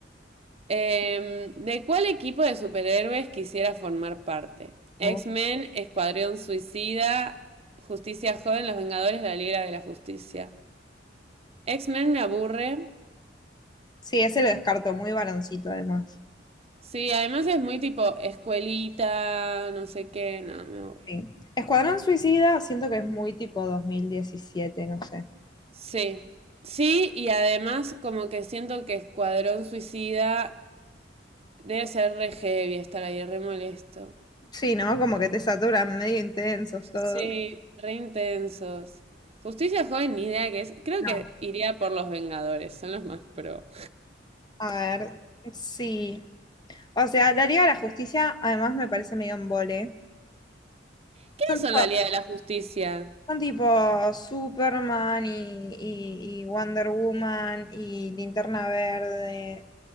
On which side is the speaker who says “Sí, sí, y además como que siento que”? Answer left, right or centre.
Right